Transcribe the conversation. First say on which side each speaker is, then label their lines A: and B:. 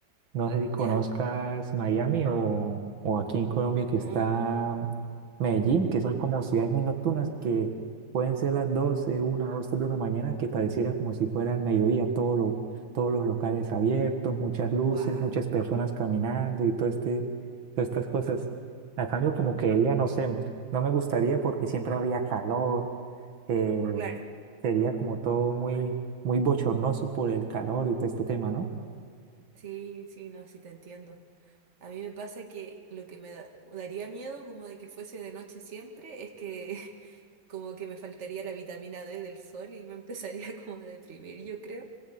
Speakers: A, on the right; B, on the right.
A: No sé si conozcas
B: ¿ya?
A: Miami o, o aquí en Colombia
B: No,
A: que está Medellín, que son como ciudades muy nocturnas que pueden ser las doce una 2, 3 de la mañana, que pareciera como si fuera el mediodía, todo lo- todos los locales abiertos, muchas luces,
B: wow,
A: muchas personas caminando y todo este, todas estas cosas. A cambio, como que ella, no sé, no me gustaría porque siempre habría calor, eh,
B: claro,
A: sería como todo muy, muy bochornoso por el calor y todo este tema, ¿no?
B: sí, sí, no, sí te entiendo. A mí me pasa que lo que me da- daría miedo como de que fuese de noche siempre es que <laughs> como que me faltaría la vitamina D del sol y me empezaría <laughs> como a deprimir, yo creo.